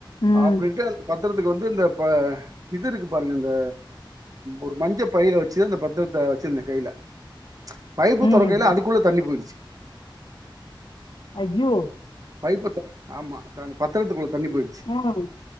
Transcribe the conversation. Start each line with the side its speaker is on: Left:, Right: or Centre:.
Left: ம்,
Right: அப்படின்ட்டு அந்த பத் திரத்துக்கு வந்து இந்த இது இருக்கு பாருங்க இந்த ஒரு மஞ்ச பையில வச்சு அந்த பத்திரத்த வச்சிருந்த கையில பைப்பு
Left: ம்.
Right: தொறக்கையில அதுக்குள்ள தண்ணி போயிட்டு
Left: அய்யோ
Right: பைப்ப துறந்த ஆமா த பத்திரத் உள்ள தண்ணி போயிடுச்சு
Left: ம்,